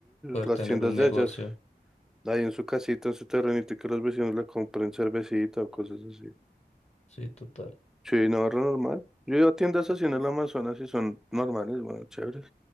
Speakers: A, on the left; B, in the centre.
A: Poder
B: las
A: tener
B: tiendas
A: un negocio.
B: de ellas. Ahí en su casita, en su terrenito, y que los vecinos le compren cervecita o cosas así.
A: Sí, total.
B: Sí, no, re normal. Yo iba a tiendas así en el Amazonas y son normales, bueno, chéveres.